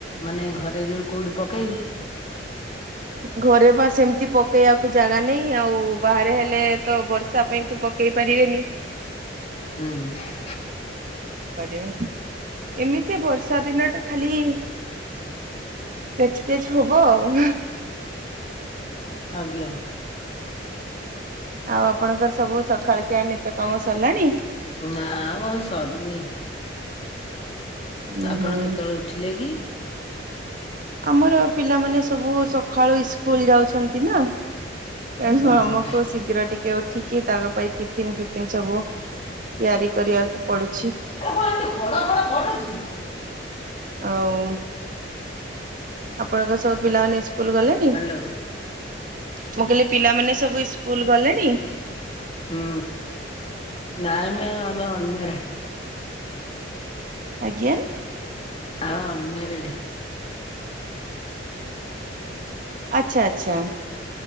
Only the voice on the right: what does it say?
ଘରେ ବା ସେମତି ପକେଇବାକୁ ଜାଗା ନାହିଁ। ଆଉ ବାହାରେ ହେଲେ ତ ବର୍ଷା ପାଇଁ ତ ପ କେଇ ପାରିବେନି।
ଘରେ ଏମିତି ବର୍ଷା ଦିନ ଟା ଖାଲି କେଚ୍ କେଚ୍ ହବ ଆଉ।
ଆଉ ଆପଣଙ୍କର ସବୁ ସକାଳ ଖିଆ ନିତ୍ୟକାମ ସରିଲାଣି?
ଉଁ
ହୁଁ
ଆମର ପିଲାମାନେ ସବୁ ସକାଳୁ ଇସ୍କୁଲ୍ ଯାଉଛନ୍ତି ନା। ତେଣୁ
ଆମକୁ
ଶୀଘ୍ର ଟିକେ ଉ ଠିକି ତାଙ୍କ ପାଇଁ ଟିଫିନ୍ ଫିଫିନ୍ ସବୁ ତିଆରି କରିବାକୁ ପଡୁ
ଆଉ ଆପଣଙ୍କ ସବୁ ପିଲାମାନେ ଇସ୍କୁଲ୍ ଗଲେଣିି?
ମୁଁ କହିଲି ପିଲାମାନେ ସବୁ ଇସ୍କୁଲ୍ ଗଲେଣି?
ଆଜ୍ଞା
ଆଚ୍ଛା ଆଚ୍ଛା